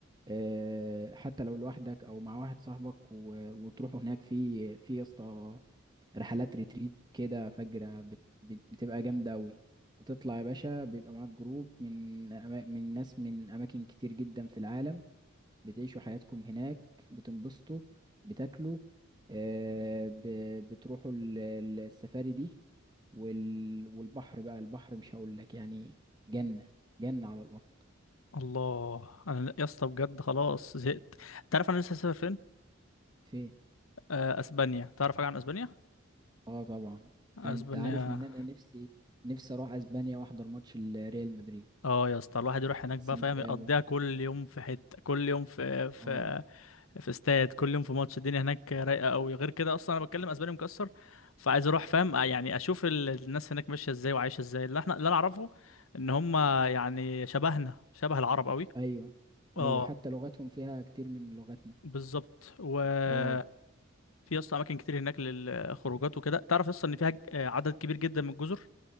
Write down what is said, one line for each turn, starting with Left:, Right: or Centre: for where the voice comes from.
Right: آه، حتى لو لوحدك او مع واحد صاحبك و- وتروحوا هناك في في يا اسطى رحلات ريتريت كده فجرة بت... بت... بتبقى جامدة أوي بتطلع يا باشا بيبقى معاك جروب من أما... من ناس من أماكن كتير جدا في العالم بتعيشوا حياتكم هناك بتنبسطوا بتاكلوا آه... ب... بتروحوا ال... ال- السفاري دي وال... والبحر بقى البحر مش هقول لك يعني جنة جنة على الأرض
Left: الله انا يا اسطى بجد خلاص زهقت انت عارف انا لسه هسافر فين
Right: فين
Left: آه، اسبانيا تعرف حاجه عن اسبانيا
Right: اه طبعا
Left: اسبانيا
Right: انت عارف ان انا نفسي نفسي اروح اسبانيا واحضر ماتش الريال مدريد
Left: اه يا اسطى الواحد يروح هناك بقى
Right: سانتياغو
Left: فاهم يقضيها كل يوم في حته كل يوم في في
Right: اه
Left: في استاد كل يوم في ماتش الدنيا هناك رايقه قوي غير كده اصلا انا بتكلم اسباني مكسر فعايز اروح فاهم آه، يعني اشوف ال- الناس هناك ماشيه ازاي وعايشه ازاي اللي احنا اللي انا اعرفه ان هم يعني شبهنا شبه العرب قوي
Right: ايوه ايوه
Left: اه
Right: حتى لغتهم فيها كتير من لغتنا
Left: بالظبط وفي
Right: اه
Left: يا اسطى اماكن كتير هناك للخروجات وكده تعرف اصلا ان فيها ج- عدد كبير جدا من الجزر